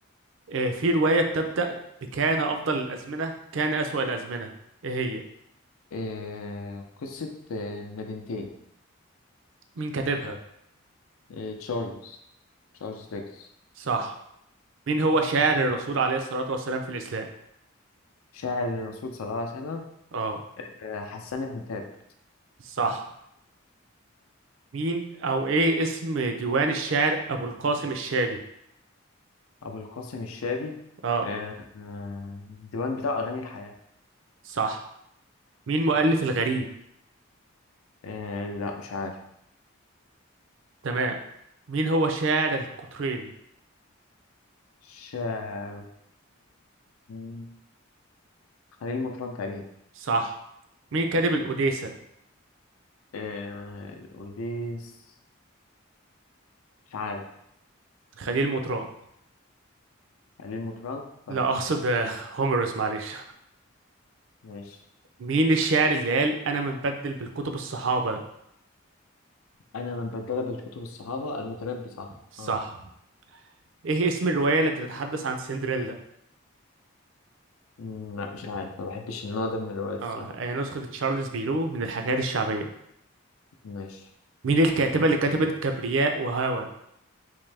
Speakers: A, on the right (about 65°); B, on the left (about 90°).
A: آه، في رواية بتبدأ بكان أفضل الأزمنة كان أسوأ الأزمنة إيه هي؟
B: آه، قصة آه، مدينتين
A: مين كاتبها؟
B: آه، تشارلز تشارلز ديكنز
A: صح مين هو شاعر الرسول عليه الصلاة والسلام في الإسلام؟
B: شاعر الرسول صلى الله عليه وسلم
A: آه
B: آه، حسان بن ثابت
A: صح مين أو إيه اسم ديوان الشعر أبو القاسم الشابي؟
B: أبو القاسم الشابي
A: آه
B: آه، آه، الديوان بتاع أغاني الحياة
A: صح مين مؤلف الغريب؟
B: آه، لا مش عارف
A: تمام مين هو شاعر القطرين؟
B: شاعر مم، خليل مطران تقريبا
A: صح مين كاتب الأوديسة؟
B: آه، الأوديس مش عارف
A: خليل مطران
B: خليل مطران طيب
A: لا أقصد آه، هوميروس معلش
B: ماشي
A: مين الشاعر اللي قال أنا منبدل بالكتب الصحابة
B: أنا من بدل بالكتب الصحابة المتنبي صح
A: صح
B: اه
A: إيه اسم الرواية التي تتحدث عن سندريلا
B: مم، لا مش عارف ما بحبش النوع ده من الروايات
A: اه
B: الصراحة
A: هي نسخة تشارلز بيرو من الحكايات الشعبية
B: ماشي
A: مين الكاتبة اللي كتبت كبرياء وهوى